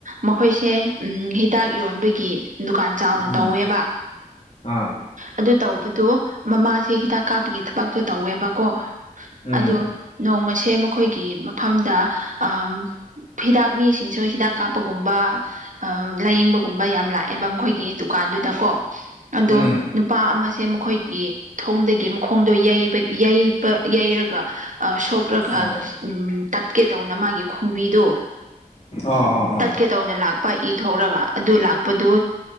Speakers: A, on the right; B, on the left.
A: ꯃꯈꯣꯏꯁꯦ ꯎꯝ ꯍꯤ ꯗꯥꯛ ꯌꯣꯟꯕꯒꯤ ꯗꯨꯀꯥꯟ ꯆꯥꯎꯅ
B: ꯎꯝ
A: ꯇꯧꯋꯦꯕ
B: ꯑꯥ
A: ꯑꯗꯨ ꯇꯧꯕꯗꯣ ꯃꯃꯥꯁꯦ ꯍꯤꯗꯥꯛ ꯀꯥꯞꯄꯒꯤ ꯊꯕꯛꯇꯣ ꯇꯧꯋꯦꯕꯀꯣ
B: ꯎꯝ
A: ꯑꯗꯨ ꯅꯣꯡꯃꯁꯦ ꯃꯈꯣꯏꯒꯤ ꯃꯐꯝꯗ ꯑꯃ ꯍꯤꯗꯥꯛ ꯃꯤꯁꯤꯡꯁꯨ ꯍꯤꯗꯥꯛ ꯀꯥꯞꯄꯒꯨꯝꯕ ꯑ ꯂꯥꯏꯌꯦꯡꯕ ꯨꯀꯨꯝꯕ ꯌꯥꯝ ꯂꯥꯛꯑꯦꯕ ꯃꯈꯣꯏꯒꯤ ꯗꯨꯀꯥꯟꯗꯨꯗꯀꯣ ꯑꯗꯣ
B: ꯎꯝ
A: ꯅꯨꯄꯥ ꯑꯃꯁꯦ ꯃꯈꯣꯏꯒꯤ ꯊꯣꯡꯗꯒꯤ ꯃꯈꯣꯡꯗꯣ ꯌꯩꯕ ꯌꯩ ꯞ ꯌꯩꯔꯒ ꯑ ꯁꯣꯛꯂꯒ
B: ꯑ
A: ꯇꯠꯀꯦ ꯇꯧꯅ ꯃꯥꯒꯤ ꯈꯣꯡꯕꯤꯗꯣ
B: ꯑ ꯑ ꯑ
A: ꯀꯦ ꯇꯧꯅ ꯂꯥꯛꯄ ꯏ ꯊꯣꯛꯂꯒ ꯑꯗꯨ ꯂꯥꯛꯄꯗꯨ